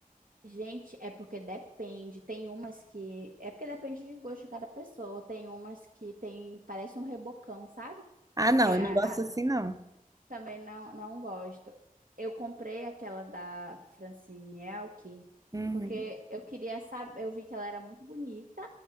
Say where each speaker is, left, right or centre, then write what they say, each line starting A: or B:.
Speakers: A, on the right; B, on the right.
A: Gente, é porque depende. Tem umas que. É porque depende de gosto de cada pessoa. Tem umas que tem. Parece um rebocão, sabe?
B: Ah, não,
A: Chega,
B: eu não gosto
A: a,
B: assim, não.
A: Também não, não gosto. Eu comprei aquela da Francine Elk,
B: Uhum.
A: porque eu queria saber, eu vi que ela era muito bonita